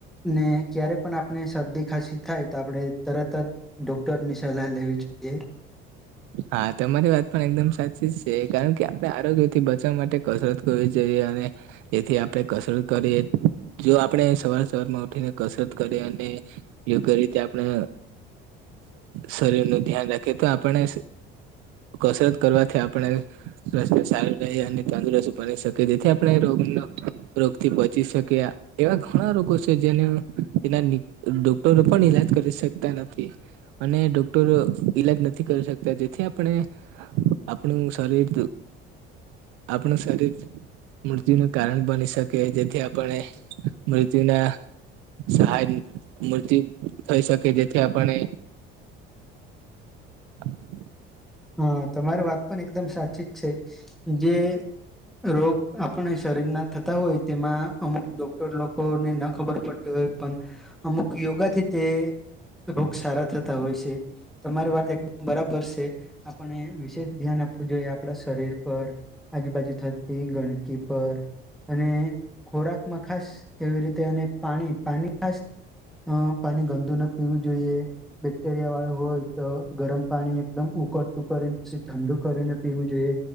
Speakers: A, in the centre; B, on the right.
A: ને ક્યારે પણ આપણે શરદી ખાસી થાય તો આપણે તરત જ ડોક્ટર ની સલાહ લેવી જોઈએ. -
B: હા તમારી વાત પણ એકદમ સાચી જ છે કારણ કે આપડણે આરોગ્ય થી બચવા માટે કસરત ગ <inaudible> જએ અને એથી આપણે કસરત કરીએ જો આપણે સવાર સવારમાં ઉઠીને કસરત કરીએ અને યોગ્ય રીતે આપણે શરીર નું ધ્યાન રાખીએ તો આપણે કસરત કરવાથી આપણે સ્વાસ્થ્ય સારું રહે અને તંદુરસ્ત બની શકે જેથી આપણે એ રોગ નો રોગથી બચી શકે. - એવા ઘણા રોગો છે જેને એના ડોક્ટરો પણ ઈલાજ કરી શકતા નથી. - અને ડોક્ટરો ઈલાજ નથી કરી શકતા તો જેથી આપણે આપણું શરીર આપણું શરીર મૃત્યુનું કારણ બની શકે જેથી આપણે મૃત્યુના સહાય મૂર્તિ થઈ શકે જેથી આપણે <inaudible>
A: હા! તમારી વાત પણ એકદમ સાચી જ છે, જે રોગ આપ પણે શરીર ના થતા હોય, તેમાં અમુક ડોક્ટર લોકોને ન ખબર પડ હોય પણ, અમુક યોગાથી તે રોગ સારા થતા હોય છે, તમારી વાત એકદમ બરાબર છે. આપણે વિશેષ ધ્યાન આપવું જોઈએ આપણા શરીર પર. આજુબાજુ થતી ગણકી પર, અને ખોરાકમાં ખાસ એવી રીતે અને પાણી, પાણી ખાસ પાણી ગંદુ ના પીવું જોઈએ. બેક્ટેરિયા વાળું હોય તો, ગરમ પાણી એકદમ ઉક કાળીને પસી ઠંડુ કરીને પીવું જોઈએ,